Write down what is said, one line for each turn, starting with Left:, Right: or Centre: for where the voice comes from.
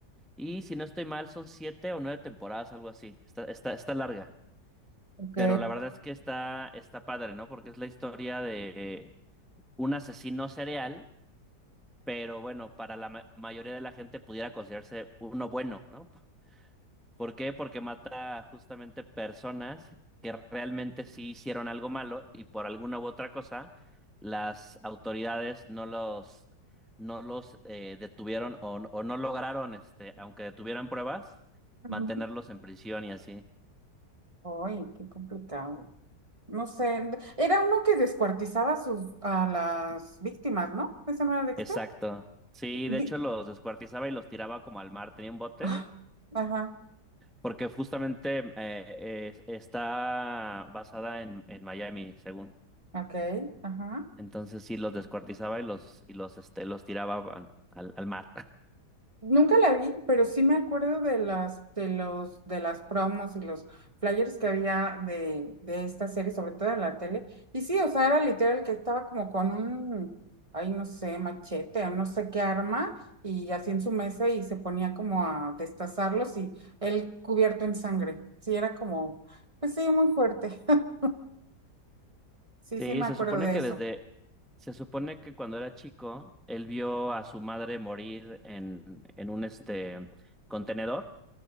Centre: Y si no estoy mal, son siete o nueve temporadas, algo así. Está, está, está larga.
Right: Ok.
Centre: Pero la verdad es que está, está padre, ¿no? Porque es la historia de un asesino serial, pero bueno, para la ma- mayoría de la gente pudiera considerarse uno bueno, ¿no? ¿Por qué? Porque mata justamente personas que realmente sí hicieron algo malo y por alguna u otra cosa las autoridades no los, no los eh, detuvieron o, o no lograron, este, aunque detuvieran pruebas, mantenerlos
Right: Ujú.
Centre: en prisión y así.
Right: Ay, qué complicado. No sé, era uno que descuartizaba sus, a las víctimas, ¿no? ¿Ese no era Dexter?
Centre: Exacto. Sí,
Right: Vi-
Centre: de hecho los descuartizaba y los tiraba como al mar. Tenía un bote
Right: Ah, Ajá,
Centre: porque justamente eh, eh, está basada en, en Miami, según.
Right: ok, ajá.
Centre: Entonces sí los descuartizaba y los y los este los tiraba al, al al mar. <laughs>
Right: Nunca la vi, pero sí me acuerdo de las, de los, de las promos y los flyers que había de, de esta serie, sobre todo en la tele. Y sí, o sea, era literal que estaba como con un, ay, no sé, machete o no sé qué arma, y así en su mesa y se ponía como a destazarlos y él cubierto en sangre. Sí, era como, pues sí, muy fuerte. <laughs> Sí,
Centre: Sí,
Right: sí me
Centre: se
Right: acuerdo
Centre: supone
Right: de
Centre: que
Right: eso.
Centre: desde se supone que cuando era chico él vio a su madre morir en en un este contenedor